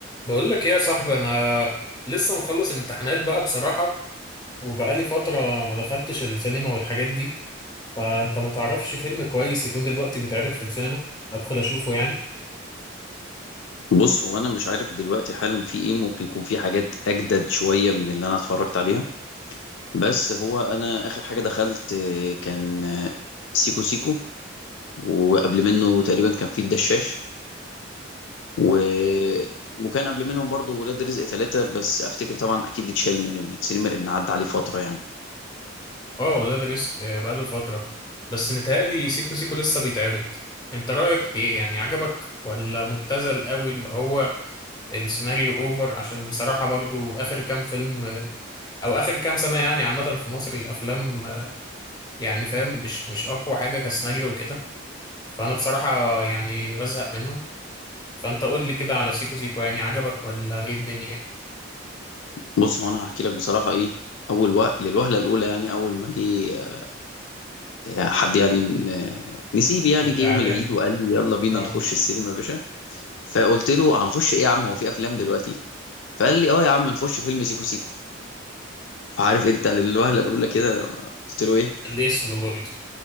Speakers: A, on the left; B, on the left.
A: بقول لك ايه يا صاحبي انا لسه مخلص امتحانات بقى بصراحة وبقالي فترة ما دخلتش السينما والحاجات دي فانت ما تعرفش فيلم كويس يكون دلوقتي بيتعرض في السينما ادخل اشوفه يعني
B: بص هو انا مش عارف دلوقتي حالا في ايه ممكن يكون في حاجات اجدد شويه من اللي انا اتفرجت عليها بس هو انا اخر حاجه دخلت آه، كان آه، سيكو سيكو وقبل منه تقريبا كان في الدشاش و... وكان قبل منهم برضو ولاد رزق ثلاثة بس افتكر طبعا اكيد اتشال من السينما لان عدى عليه فتره يعني
A: اه ولاد رزق آه، بقاله فترة بس متهيألي سيكو سيكو لسه بيتعرض انت رأيك ايه يعني عجبك ولا مبتذل قوي اللي هو السيناريو اوفر عشان بصراحة برضو اخر كام فيلم آه، او اخر كام سنة يعني عامة في مصر الافلام آه، يعني فاهم مش مش اقوى حاجة كسيناريو وكده فانا بصراحة يعني بزهق منهم فانت قول لي كده على سيكو سيكو يعني عجبك ولا ايه الدنيا
B: بص هو انا هحكي لك بصراحه ايه اول وقت للوهله الاولى يعني اول ما جه آه، حد يعني من آه، نسيبي يعني
A: الاعلان
B: جه يوم العيد وقال لي يلا بينا
A: اه
B: نخش السينما يا باشا فقلت له هنخش ايه يا عم هو في افلام دلوقتي فقال لي اه يا عم نخش فيلم سيكو سيكو فعارف انت للوهله الاولى كده قلت له ايه
A: الاسم برضه